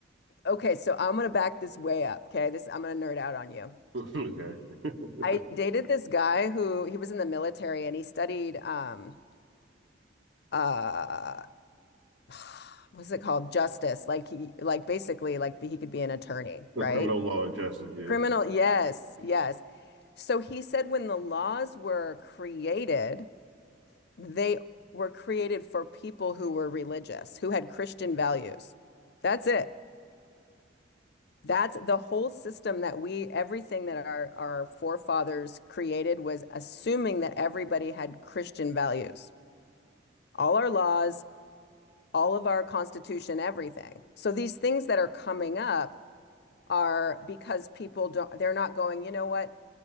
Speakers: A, on the left; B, on the right.
A: okay, so I'm going to back this way up, okay? This I'm going to nerd out on you.
B: <laughs> Okay. <laughs>
A: I dated this guy who he was in the military and he studied um uh <sighs> what's it called? Justice. Like he like basically like he could be an attorney,
B: The
A: right?
B: criminal law and justice, yeah.
A: Criminal, yes, yes. So he said when the laws were created, they were created for people who were religious, who had Christian values. That's it. That's the whole system that we, everything that our, our forefathers created was assuming that everybody had Christian values. All our laws, all of our constitution, everything. So these things that are coming up are because people don't, they're not going, you know what?